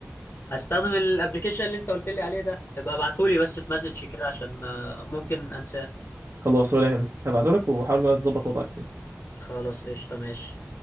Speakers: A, on the left; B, on the right.
A: هستخدم الابلكيشن اللي انت قلت لي عليه ده ابقى ابعتهولي بس في مسج كده عشان آه، ممكن انساه
B: خلاص ولا يهمك هبعتهولك وحاول بقى تظبط وضعك فيه
A: خلاص قشطه ماشي